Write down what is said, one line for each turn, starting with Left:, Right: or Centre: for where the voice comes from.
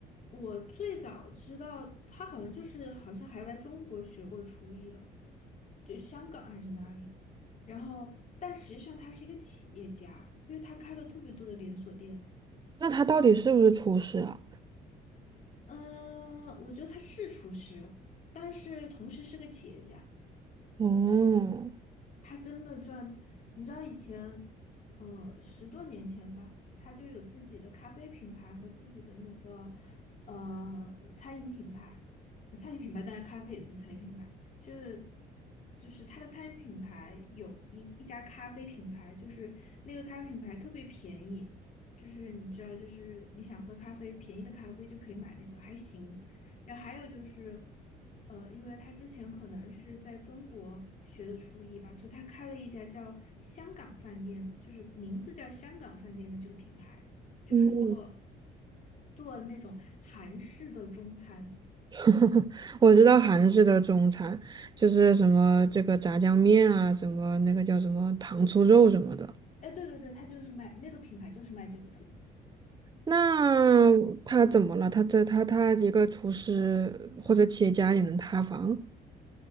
Left: 我最早知道他好像就是好像还来中国学过厨艺的，就香港还是哪里。然后，但实际上他是一个企业家，因为他开了特别多的连锁店。
Right: 那他到底是不是厨师啊？
Left: 嗯、我觉得他是厨师，但是同时是个企业家。
Right: 哦，
Left: 他真的赚，你知道以前，呃，十多年前吧，他就有自己的咖啡品牌和自己的那个呃餐饮品牌，餐饮品牌，但是咖啡也算餐饮品牌，就是就是他的餐饮品牌有一一家咖啡品牌，就是那个咖啡品牌特别便宜，就是你知道，就是你想喝咖啡，便宜的咖啡就可以买那个，还行。然后还有就是，呃，因为他之前可能是在中国学的厨艺吧，所以他开了一家叫香港饭店，就是名字叫香港饭店的这个品牌，就是做
Right: 嗯，
Left: 做那种韩式的中餐。
Right: <laughs> 我知道韩式的中餐就是什么这个炸酱面啊，什么那个叫什么糖醋肉什么的。
Left: 哎，对对对，他就是卖那个品牌，就是卖这个的。
Right: 那他怎么了？他这他他一个厨师或者企业家也能塌房？